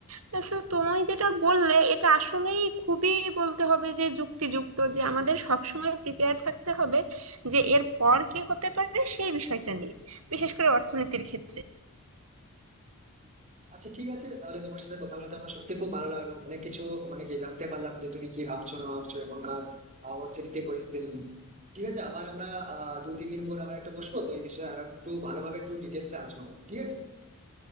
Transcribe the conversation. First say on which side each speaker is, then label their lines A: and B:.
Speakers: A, on the right (about 70°); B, on the right (about 35°).
A: তো তুমি যেটা বললে এটা আসলেই খুবই বলতে হবে যে যুক্তিযুক্ত যে আমাদের সবসময় প্রিপেয়ার থাকতে হবে যে এর পর কি হতে পারে সেই বিষয়টা নিয়ে বিশেষ করে অর্থনীতির ক্ষেত্রে
B: আচ্ছা ঠিক আছে তাহলে তোমার সাথে কথা বলতে আমার সত্যি খুব ভালো লাগলো অনেক কিছু মানে কি জানতে পারলাম যে তুমি কি ভাবছো না ভাবছো এখনকার আহ, অর্থনীতি পরিস্থিতি নিয়ে। ঠিক আছে আবার আমরা আহ দু তিন দিন পর আবার একটা বসবো তো এই বিষয়ে আর একটু ভালোভাবে একটু ডিটেলসে আলোচনা করবো। ঠিক আছে